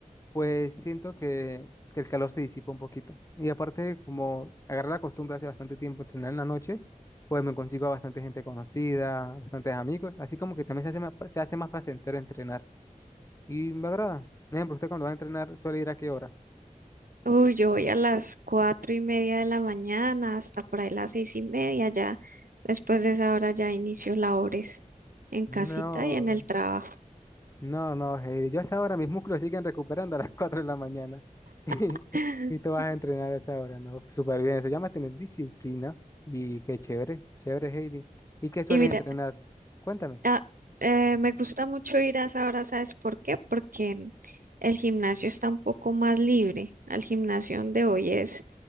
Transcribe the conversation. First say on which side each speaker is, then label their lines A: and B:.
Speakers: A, on the left (about 20°); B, on the right (about 80°).
A: Pues siento que, que el calor se disipa un poquito. Y aparte, como agarré la costumbre hace bastante tiempo de entrenar en la noche, pues me consigo a bastante gente conocida, bastantes amigos, así como que también se hace más, se hace más placentero entrenar. Y me agrada. Por ejemplo, usted cuando va a entrenar suele ir a qué hora.
B: Uy, yo voy a las cuatro y media de la mañana hasta por ahí las seis y media ya. Después de esa hora ya inicio labores en
A: No,
B: casita y en el trabajo.
A: no, no, Heidi. Yo a esa hora mis músculos siguen recuperando a las <laughs> 4 de la mañana. <laughs>
B: <laughs>
A: Y tú vas a entrenar a esa hora, ¿no? Súper bien. Eso llama tener disciplina. Y qué chévere, chévere, Heidi. ¿Y qué sueles
B: Y mira,
A: entrenar? Cuéntame.
B: ah, eh, me gusta mucho ir a esa hora, ¿sabes por qué? Porque el gimnasio está un poco más libre. Al gimnasio donde hoy es